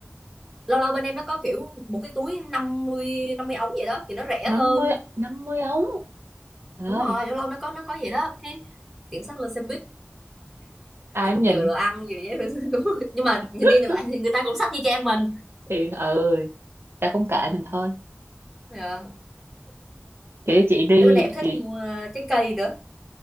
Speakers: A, in the centre; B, on the right.
A: lâu lâu bên em nó có kiểu một cái túi năm mươi năm mươi ống vậy đó thì nó rẻ
B: năm
A: hơn
B: mươi năm mươi ống trời
A: đúng
B: ơi
A: rồi lâu lâu nó có nó có vậy đó cái tiện xách lên xe buýt
B: ai cũng nhìn
A: vừa đồ ăn vừa giấy vệ sinh <laughs> đúng rồi. nhưng mà nhìn
B: <laughs>
A: đi nhìn lại thì người ta cũng sách như trang mình
B: thì ừ ta cũng kệ mình thôi
A: yeah.
B: kiểu chị đi
A: tới bên này em thích
B: thì
A: mua trái cây nữa